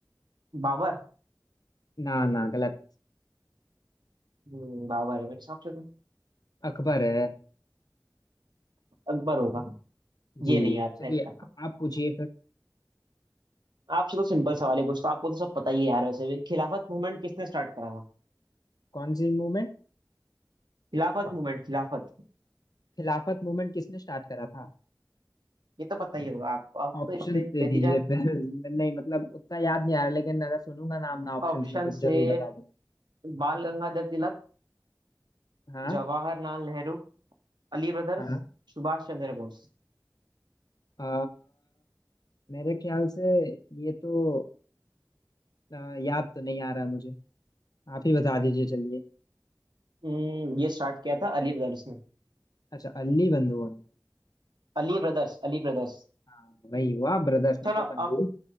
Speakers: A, on the right; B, on the left.
A: बाबर
B: ना ना गलत
A: हम्म, बाबर है मेरे हिसाब से तो
B: अकबर है
A: अकबर होगा
B: जी
A: ये नहीं याद
B: चलिए
A: था इतना
B: आ- आप पूछिए फिर
A: आपसे तो सिंपल सवाल है कुछ तो आपको तो सब पता ही है यार वैसे भी खिलाफत मूवमेंट किसने स्टार्ट करा था
B: कौन सी मूवमेंट
A: खिलाफत मूवमेंट खिलाफत
B: खिलाफत मूवमेंट किसने स्टार्ट करा था
A: ये तो पता ही होगा आपको आप
B: ऑप्शंस
A: तो इतने
B: दे
A: बेतीजा
B: दीजिए
A: है।
B: फिर <laughs> नहीं मतलब उतना याद नहीं आ रहा लेकिन अगर सुनूंगा नाम ना ऑप्शंस
A: ऑप्शंस
B: में तो
A: है
B: जरूर बता दूँ
A: बाल गंगाधर तिलक
B: हाँ
A: जवाहरलाल नेहरू अली ब्रदर्स
B: हाँ
A: सुभाष चंद्र बोस
B: आ, मेरे ख्याल से ये तो आ, याद तो नहीं आ रहा मुझे आप ही बता दीजिए चलिए
A: हम्म ये स्टार्ट किया था अली ब्रदर्स ने
B: अच्छा अल्ली बंधुओं ने
A: Ali brothers Ali brothers
B: हाँ, वही हुआ ब्रदर्स मतलब
A: चलो
B: बंधु
A: अब